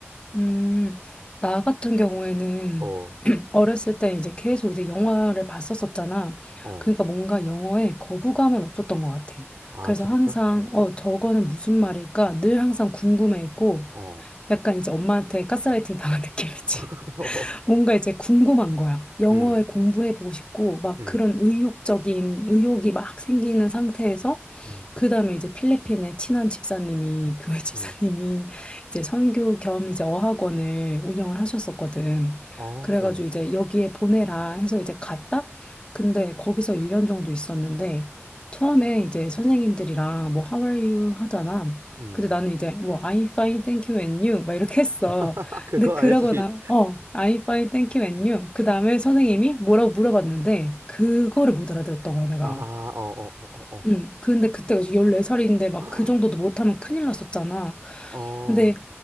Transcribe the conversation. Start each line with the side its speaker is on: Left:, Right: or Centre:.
Left: 음, 나 같은 경우에는
Right: 어,
Left: <clears throat> 어렸을 때 이제 계속 이제 영화를 봤었었잖아.
Right: 어.
Left: 그러니까 뭔가 영어에 거부감은 없었던 것 같아.
Right: 아,
Left: 그래서
Right: 진짜?
Left: 항상,
Right: 어,
Left: 어, 저거는 무슨 말일까? 늘 항상 궁금해 했고,
Right: 어, 어.
Left: 약간 이제 엄마한테 가스라이팅 당한 느낌이지.
Right: <laughs> 어.
Left: <laughs> 뭔가 이제 궁금한 거야. 영어에
Right: 음,
Left: 공부해보고 싶고, 막
Right: 음,
Left: 그런 의욕적인, 의욕이 막 생기는 상태에서
Right: 음,
Left: 그다음에 이제 필리핀의 친한 집사님이 교회 집사님이
Right: 음.
Left: 이제 선교 겸 이제 어학원을 운영을 하셨었거든.
Right: 아,
Left: 그래가지고
Right: 어.
Left: 이제 여기에 보내라 해서 이제 갔다. 근데 거기서 1년 정도 있었는데 처음에 이제 선생님들이랑 뭐 How are you 하잖아.
Right: 음.
Left: 근데 나는 이제 뭐 I'm fine, thank you and you 막 이렇게 했어.
Right: <laughs> 그거
Left: 근데 그러거나
Right: 알지?
Left: 어 I'm fine, thank you and you 그 다음에 선생님이 뭐라고 물어봤는데 그거를 못 알아들었던 거야 내가.
Right: 아, 어, 어, 어, 어, 어.
Left: 응. 근데 그때가 이제 14살인데 막
Right: <gasps>
Left: 그 정도도 못하면 큰일 났었잖아.
Right: 어,
Left: 근데